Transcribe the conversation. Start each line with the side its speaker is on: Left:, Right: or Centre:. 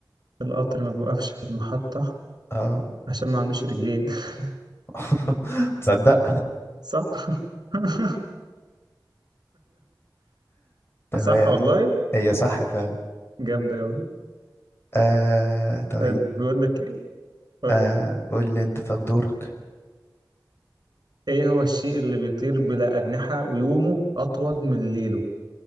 Right: القطر ما بيوقفش في المحطة
Left: اه
Right: عشان ما عندوش رجلين <laughs>
Left: <laughs> تصدق
Right: صح <laughs>
Left: تمام
Right: صح والله
Left: هي صح فعلا
Right: جامدة أوي
Left: آه طيب
Right: طيب بيقول لك إيه قول
Left: آه
Right: لي
Left: قول لي انت طب دورك
Right: إيه هو الشيء اللي بيطير بلا أجنحة ويومه أطول من ليله